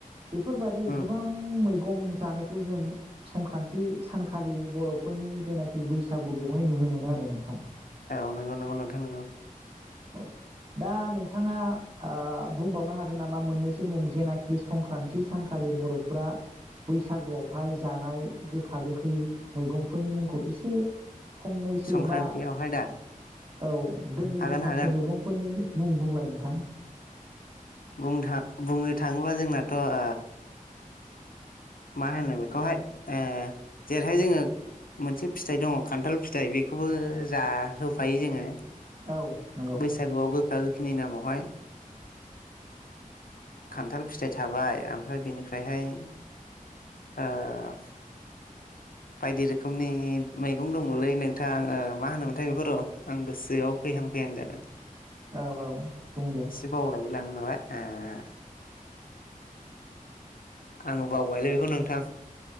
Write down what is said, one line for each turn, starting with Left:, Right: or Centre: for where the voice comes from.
Right: बेफोरबादि
Left: उम
Right: गोबां मैग गं जानायखौ जों संक्रान्थि सानखालि बर'फोरनि जेनाखि बैसागु बेवहाय नुनो मोनो आरो नोंथां।
Left: औ नोंगौ नोंगौ नोंगौ नोंथां नोंगौ।
Right: औ दा नोंथाङा ओह बुंबावनो हागोन नामा मोननैसो मुं जेनाखि संक्रान्थि सानखालि बर'फोरा बैसागुआवहाय जानाय गोखा गोखै मैगंफोरनि मुंखौ एसे? फंनैसो
Left: संक्रान्तियावहाय
Right: बा
Left: दा
Right: औ। दोंनै
Left: हागोन
Right: दों थामसो
Left: हागोन
Right: मैगंफोरनि मुं बुंलाय नोंथां?
Left: बुंनो थां बुंनो थाङोब्ला जोंनाथ' ओह मा होनो बेखौहाय ओह जेरैहाय जोङो मोनसे फिथाइ दङ खान्थाल फिथाइ बेखौबो जाहोफायो जोङो।
Right: औ नंगौ
Left: बैसागुआव गोखा गोखैनि नामावहाय। खान्थाल फिथाइ थाबाय आमफ्राय बेनिफ्राय फ्रायहाय ओह बायदि रोखोमनि मैगं दंमोनलै नोंथां ओह मा होनोमोनथाय बेखौ र' आं गोसोआव फैहां फैहां जादों।
Right: औ औ बुं दे।
Left: एसे <unintelligible> आङो बावबायलै बेखौ नोंथां।